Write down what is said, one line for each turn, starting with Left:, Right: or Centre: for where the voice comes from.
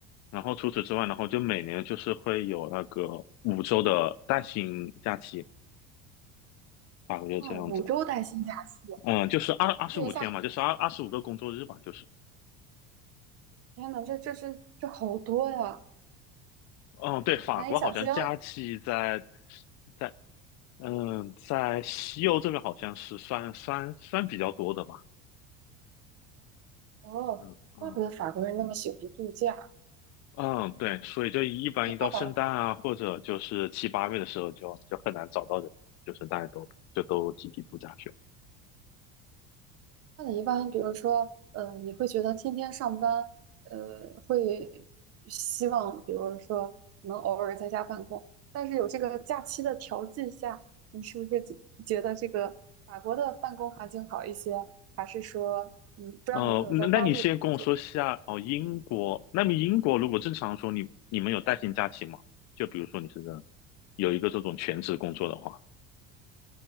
Left: 然后除此之外，然后就每年就是会有那个五周的带薪假期，法国就这样子，
Right: 啊，五周带薪假期，
Left: 嗯，就是二二十五天嘛，
Right: 这一下，
Left: 就是二二十五个工作日吧，就是，
Right: 天呐，这这这这好多呀，
Left: 嗯，对，法国好像假期在
Right: 难以想象
Left: 在嗯在西欧这边好像是算算算比较多的吧，
Right: 哦。
Left: 嗯嗯
Right: 怪不得法国人那么喜欢度假。
Left: 嗯，对，所以就一般一到圣诞啊，
Right: 那那倒是
Left: 或者就是七八月的时候就，就很难找到人，就是大家都就都集体度假去了。
Right: 那你一般，比如说，呃，你会觉得天天上班，呃，会希望，比如说能偶尔在家办公，但是有这个假期的调剂下，你是不是觉觉得这个法国的办公环境好一些？还是说，嗯，不知道你有没有在大陆工作？
Left: 哦、那那你先跟我说下哦，英国，那么英国如果正常说你你们有带薪假期吗？就比如说你是有一个这种全职工作的话，